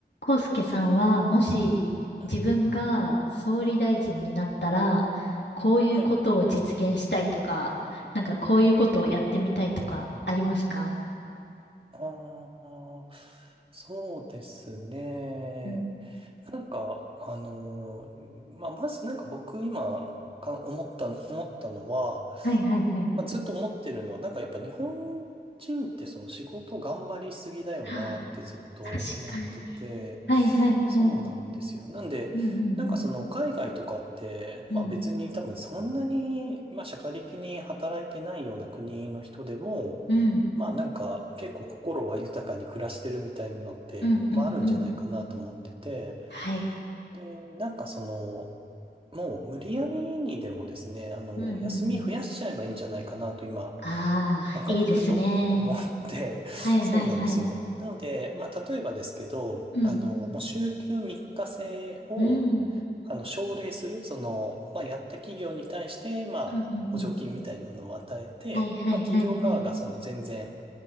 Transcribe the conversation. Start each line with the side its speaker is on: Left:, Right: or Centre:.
Left: 康介さんは、もし自分が総理大臣になったら、
Right: はい。
Left: こういうことを実現したいとか、
Right: はい。
Left: なんかこういうことをやってみたいとか、ありますか
Right: ああ、そうですね。
Left: うん。
Right: なんか、あのーまあ、まずなんか僕今か思った、思ったのは、
Left: はいはいはい。
Right: まあ、ずっと思ってるのは、なんかやっぱ日本人ってその仕事頑張りすぎだよなってずっと思ってて、
Left: はあ確かに。はいはいはい。
Right: そうなんですよ。なんで、
Left: うんうん
Right: なんかその海外とかって、
Left: うん、
Right: まあ別に多分そんなに、
Left: うん、
Right: まあ社会的に働いてないような国の人でも、
Left: うん、
Right: まあなんか結構心は豊かに暮らしてるみたいなのって、
Left: うん、うんうん。
Right: まああるんじゃないかなと思ってて、
Left: はい。
Right: で、なんかその、もう無理やりにでもですね、あの、
Left: うん。うんうんうん。
Right: 休み増やしちゃえばいいんじゃないかなと今、
Left: ああ、
Right: なんかふと思って、
Left: いいですね。
Right: <laughs> そうなんですよ。
Left: はいはいはい。
Right: なので、まあ例えばですけど、
Left: うん、
Right: あの、もう週休3日制を、
Left: うん、
Right: あの、奨励する、その、まあやった企業に対して、まあ補助金みたいなのを与えて、
Left: うんうんうん。はいはいはいはい。
Right: まあ企業側がその全然、